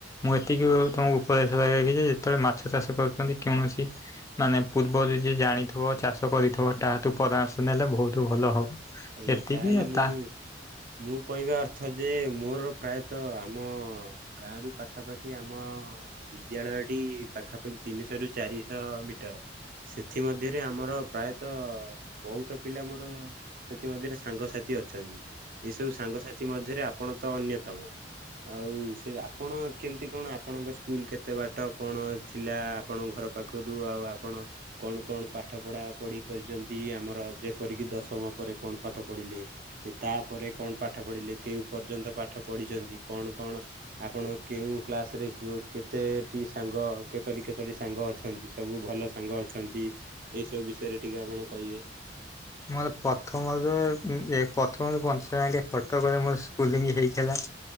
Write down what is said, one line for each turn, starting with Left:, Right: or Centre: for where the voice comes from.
Left: ମୁଁ ଏତିକି ତୋମକୁ ଉପଦେଶ ଦେବିକି ଯେ ଯେତେବେଳେ ମାଛ ଚାଷ କରୁଚନ୍ତି କେଉଣସି ମାନେ ପୂର୍ବରୁ ଯିଏ ଜାଣିଥିବ ଚାଷ କରିଥିବ ତା ଠୁ ପରାମର୍ଶ ନେଲେ ବହୁତ ଭଲ ହବ।
Right: ଆଜ୍ଞା
Left: ଏତିକି
Right: ତାହେଲେ
Left: ଆଉ
Right: ମୁଁ
Left: ତା
Right: ମୁଁ କଇବା ଅର୍ଥ ଯେ ମୋର ପ୍ରାୟତ ଆମ ଗାଁରୁ ପାଖାପାଖି ଆମ ହଁ ବିଦ୍ୟାଳୟଟି ପାଖାପାଖି ତିନିଶ ରୁ ଚାରିଶ ମିଟର। ସେଥିମଧ୍ୟରେ ଆମର ପ୍ରାୟତ ବୋହୁତ ପିଲା ମୋର ସେଥି ମଧ୍ୟରେ ସାଙ୍ଗସାଥି ଅଛନ୍ତି, ଏଇସବୁ ସାଙ୍ଗସାଥି ମଧ୍ୟରେ ଆପଣ ତ ଅନ୍ୟତମ। ଆଉ ସେ ଆପଣ କେମିତି କଣ ଆପଣଙ୍କ ସ୍କୁଲ୍ କେତେ ବାଟ କଣ ଥିଲା ଆପଣଙ୍କ ଘର ପାଖରୁ? ରୁଅ ଆଉ ଆପଣ କଣ କଣ ପାଠ ପଢାପଢି କରିଚନ୍ତି ଆମର ଯେପରିକି ଦଶମ ପରେ କଣ ପାଠ ପଢିଲେ ଏ ତାପରେ କଣ ପାଠ ପଢିଲେ କେଉଁ ପର୍ଯ୍ୟନ୍ତ ପାଠ ପଢିଚନ୍ତି କଣ କଣ ଆପଣ କେଉଁ କ୍ଲାସରେ କେଉ କେତେଟି ସାଙ୍ଗ କେତୋଟି କେତୋଟି ସାଙ୍ଗ ଅଛନ୍ତି ସବୁ ଭଲ ସାଙ୍ଗ ଅଛନ୍ତି ଏଇ ସବୁ ବିଷୟରେ ଟିକେ ଆପଣ କହିବେ?
Left: ମୋର ପ୍ରଥମରେ ଉଁ ଏ ପ୍ରଥମରୁ ପଞ୍ଚମ ଯାଙ୍କେ କଟକରେ ମୋର ସ୍କୁଲିଙ୍ଗି ହେଇଥିଲା।